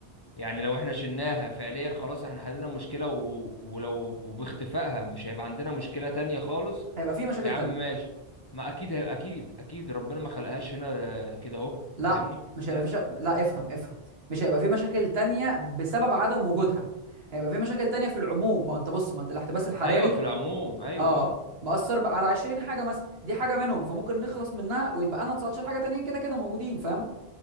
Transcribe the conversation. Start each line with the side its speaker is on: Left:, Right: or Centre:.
Left: يعني لو احنا شلناها فعليا خلاص احنا حللنا المشكلة و... ولو وباختفائها مش هيبقى عندنا مشكلة تانية خالص
Right: هيبقى فيه مشاكل
Left: يا عم
Right: تانية
Left: ماشي ما اكيد هيبقى اكيد اكيد ربنا ما خلقهاش هنا آه، كده اهو
Right: لا
Left: فاهمني
Right: مش هيبقى
Left: لا
Right: فيه شا... لا افهم افهم مش هيبقى فيه مشاكل تانية بسبب عدم وجودها هيبقى في مشاكل تانية في العموم ما هو انت بص ما انت الاحتباس الحراري
Left: ايوه في العموم ايوه
Right: اه
Left: اه
Right: مأثر بقى على 20 حاجه مثلا دي حاجه منهم فممكن نخلص منها ويتبقى لنا 19 حاجه تانيين كده كده موجودين فاهم